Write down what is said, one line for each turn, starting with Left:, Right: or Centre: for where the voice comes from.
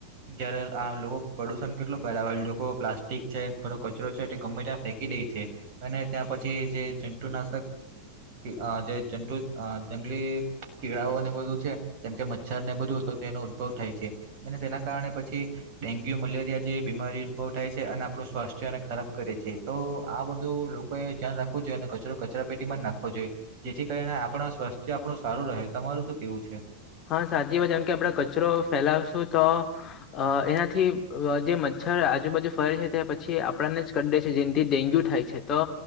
Right: જયારે આ લોક પ્રદુષણ કેટલું ફેલાવે લોકો પ્લાસ્ટિક છે પેલો કચરો છે તે ગમે ત્યાં ફેંકી દઈ છે. અને ત્યાં પછી જે જંતુ નાશક અ જે જંતુ અ જંગલી કીડાઓને બધું છે જેમ કે મછ છર ને બધું તો તેનો ઉદભવ થાય છે અને તેના કારણે પછી ડેન્ગ્યુ મલેરિયા જેવી બીમારી ઉદ્ભવ થાય છે અને આપડુ સ્વાસ્થ્યને ખરાબ કરે છે તો આ બધું લોકોએ ધ્યાન રાખવું જ જોઈએ અને કચરો કચરા પેટીમાં જ નાખ વો જોઈએ જેથી કરીને આપડા સ્વસ્થ્ય આપણું સારું રહે, તમારું શું કેવું છે?
Left: હા સાચી વાત જેમ કે આપડે કચરો ફેલાવશું તો અ એનાથી અ જે મચ્છર આજુબાજુ ફરે છે તે પછી આપણને જ કરડે છે જેનથી ડેન્ગ્યુ થાય છે તો